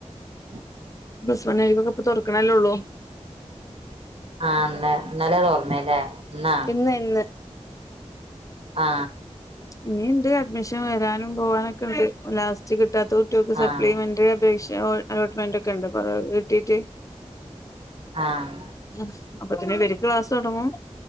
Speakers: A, on the right; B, on the left.
A: <inaudible>
B: പ്ലസ് വൺകാര്ക്കൊക്കെ പ്പ തൊർക്കണല്ലേ ള്ളൂ
A: ആ ന്ന് ഇന്നലെ തൊർന്ന് ലെ ന്നോ
B: ഇന്ന് ഇന്ന്
A: ആ
B: ഞ്ഞിണ്ട് അഡ്മിഷൻ വെരാനും പോവാനൊക്കെണ്ട് ലാസ്റ്റ് കിട്ടാത്ത കുട്ട്യാക്ക് സപ്ലിമെന്ററി
A: ആഹ്
B: അപേക്ഷ <unintelligible> അലോട്ട്മെന്റക്കെ ണ്ട് പ്പതൊക്കെ കിട്ടീട്ട്
A: ആഹ്
B: ഉം അപ്പോത്തിന് ഇവര്ക്ക് ക്ലാസ്സൊടങ്ങും